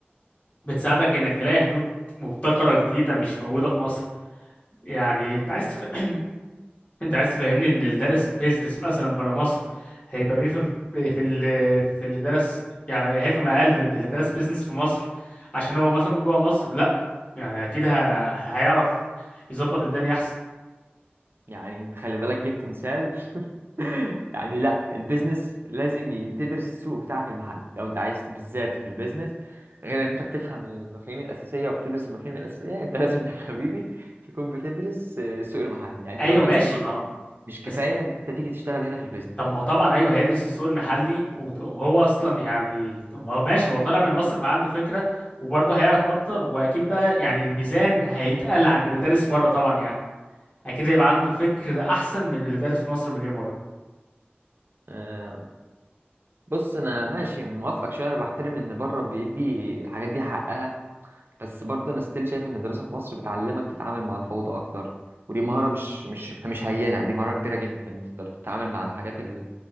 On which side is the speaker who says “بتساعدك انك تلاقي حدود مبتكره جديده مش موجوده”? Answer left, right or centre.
Left